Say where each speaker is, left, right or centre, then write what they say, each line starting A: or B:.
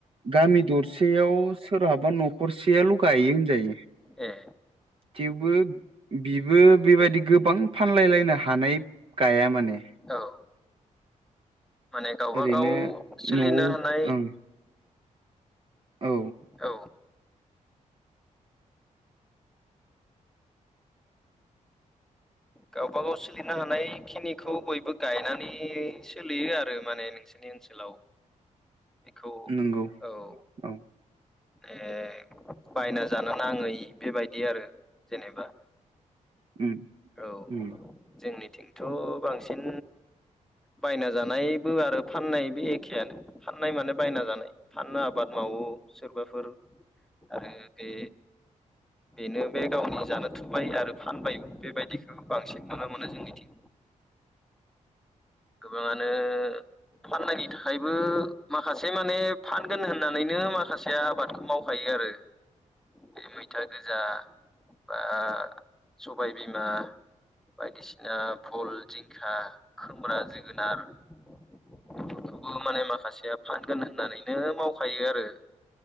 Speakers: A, on the right; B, in the centre.
A: गामि दरसेयाव सोरहाबा न'खरसेयाल' गायो होनजायो।
B: ए
A: थेवबो बिबो बेबायदि गोबां फानलायलायनो हानाय गाया माने।
B: औ माने गावबा
A: ओरैनो
B: गाव सोलिनो
A: न'आव
B: हानाय
A: ओं। औ।
B: औ गावबागाव सोलिनो हानायखिनिखौ बयबो गायनानै सोलियो आरो माने नोंसोरनि ओनसोलाव। बेखौ
A: नंगौ
B: औ
A: औ।
B: ए बायना जानो नाङै बेबायदि आरो जेनेबा।
A: उम
B: औ
A: उम।
B: जोंनिथिंथ' बांसिन बायना जानायबो आरो फाननायबो एखेयानो। फाननाय माने बायना जानाय फाननो आबाद मावो। सोरबाफोर आरो दे बेनो बे गावनि जानो थुबाय आरो फानबाय बेबायदिखौ बांसिन नुनो मोनो जोंनिथिं। गोबाङानो फाननायनि थाखायबो माखासे माने फानगोन होननानैनो माखासे आबादखौ मावखायो आरो।
A: <inaudible>
B: बे मैथा गोजा बा सबाय बिमा बायदिसिना भल, जिंखा, खोमब्रा, जोगोनार बेफोरखौबो माने माखासेया फानगोन होननानैनो मावखायो आरो।